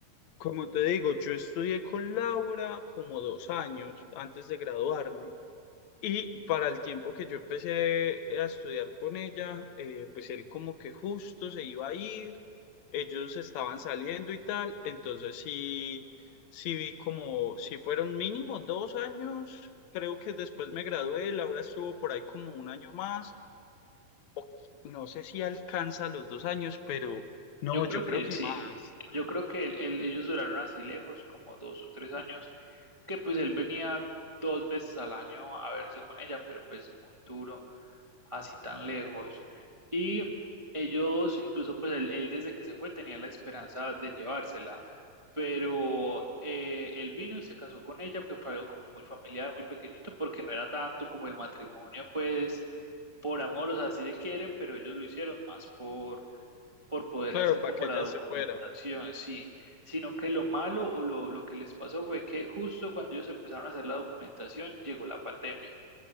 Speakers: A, on the left; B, on the right.
A: como te digo, yo estudié con Laura como dos años antes de graduarme. Y para el tiempo que yo empecé a estudiar con ella, eh, pues él como que justo se iba a ir, ellos estaban saliendo y tal, entonces sí, sí vi como, si fueron mínimo dos años, creo que después me gradué, Laura estuvo por ahí como un año más, o no sé si alcanza los dos años, pero no,
B: Yo creo
A: yo creo
B: que
A: que
B: sí.
A: más,
B: Yo creo que él- él- ellos duraron así lejos, como dos o tres años, que pues él venía dos veces al año a verse con ella, pero pues muy duro, así tan lejos. Y ellos, incluso pues él, él desde que se fue tenía la esperanza de llevársela, pero eh, él vino y se casó con ella, que fue algo como muy familiar, muy pequeñito, porque no era tanto como el matrimonio, pues por amor, o sea, sí se quieren, pero ellos lo hicieron más por por poder
A: claro,
B: hacer
A: para
B: como
A: que
B: la
A: ella
B: documentación,
A: se fuera.
B: sí, sino que lo malo o lo, lo que les pasó fue que justo cuando ellos empezaron a hacer la documentación llegó la pandemia